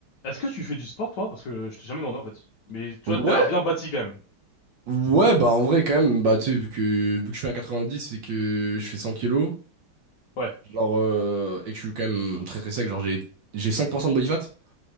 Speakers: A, on the left; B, on the right.
A: Est-ce que tu fais du sport, toi? Parce que je t'ai jamais demandé, en fait. Mais tu
B: Ouais,
A: vois, t'as l'air bien bâti, quand même.
B: ouais, bah en vrai quand même, bah tu sais, vu que, vu que je fais un 90 et que je fais 100 kilos,
A: Ouais. <laughs>
B: genre, euh, et que je suis quand même très très sec, genre j'ai j'ai 5% de body fat.